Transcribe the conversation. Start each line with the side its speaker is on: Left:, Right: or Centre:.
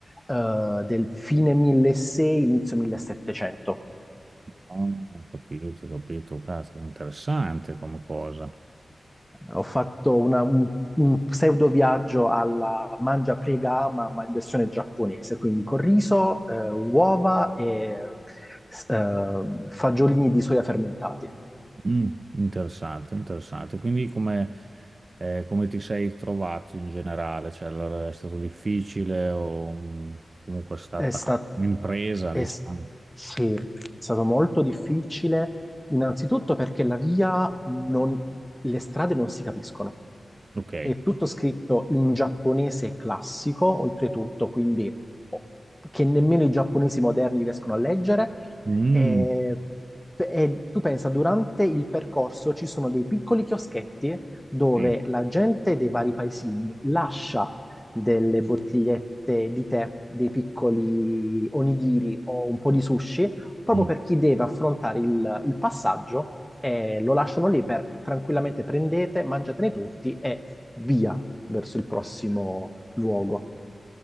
Centre: eh, del fine 1600, inizio 1700.
Right: Ah, ho capito, ho capito, caspita, interessante come cosa.
Centre: Ho fatto una- un, un pseudo viaggio alla mangia, prega, ama, ma in versione giapponese, quindi con riso, eh, uova e s- eh, fagiolini di soia fermentati.
Right: Mm, interessante, interessante. Quindi come, eh, come ti sei trovato in generale? Cioè, allora, è stato difficile o mm, comunque è stata
Centre: È stato,
Right: un'impresa,
Centre: è,
Right: diciamo?
Centre: s- sì, è stato molto difficile, innanzitutto perché la via non, le strade non si capiscono.
Right: Ok.
Centre: È tutto scritto in giapponese classico, oltretutto, quindi oh, che nemmeno i giapponesi moderni riescono a leggere.
Right: Mm,
Centre: E, e tu pensa, durante il percorso ci sono dei piccoli chioschetti dove
Right: sì.
Centre: la gente dei vari paesini lascia delle bottigliette di tè, dei piccoli onigiri o un po' di sushi proprio
Right: Mm.
Centre: per chi deve affrontare il, il passaggio e lo lasciano lì per tranquillamente prendete, mangiatene tutti e via verso il prossimo luogo.